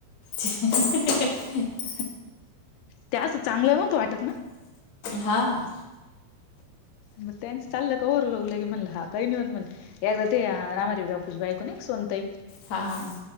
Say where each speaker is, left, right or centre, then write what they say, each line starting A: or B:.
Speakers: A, on the left; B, on the left.
A: हं हं हं हं हं हं
B: त्याच चांगलं होत वाटत ना.
A: हा हा.
B: मग त्यांचं चाललं कौवर लोगलं की म्हणला हा काही नाही होत म्हण. एकदा ते रामारीफूजची बाईको नाही सोनताई
A: हा हा.